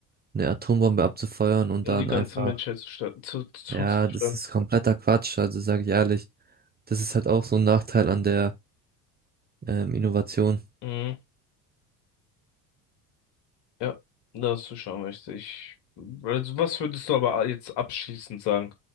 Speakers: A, on the right; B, on the left.
A: eine Atombombe abzufeuern und
B: Um
A: dann
B: die ganze
A: einfach,
B: Menschheit zu, sta- zu, zuzuschlagen.
A: ja, das ist kompletter Quatsch, also sage ich ehrlich. Das ist halt auch so ein Nachteil an der ähm, Innovation,
B: Mhm. Ja, da hast du schon recht. Ich, also was würdest du aber jetzt abschließend sagen?